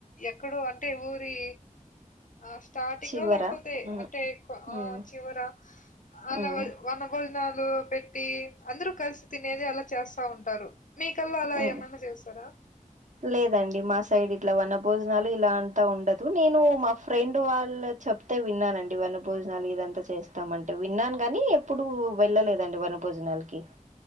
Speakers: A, on the left (about 70°); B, on the right (about 65°).
A: ఎక్కడో అంటె ఊరి అ స్టార్టింగ్
B: చివర
A: లేకపోతే
B: మ్మ్
A: అంటే ఎక్కువ ఆ
B: మ్మ్
A: చివర అలా
B: మ్మ్
A: వన భోజనాలు పెట్టి అందరు కలిసి తినేది అల చేస్తా ఉంటారు మీక్ అలా
B: మ్మ్
A: ఏమన్న చేస్తారా
B: లేదండి మా సైడ్ ఇట్ల వన భోజనాలు ఇలా అంత ఉండదు నేనూ మా ఫ్రెండ్ వాళ్ళ చెప్ చెప్పితే విన్నానండి వన భోజనాలు ఇదంతా చేస్తాం అంటె విన్నాన్ గనీ ఎప్పుడూ వెళ్ళలేదండి వన భోజనాలకి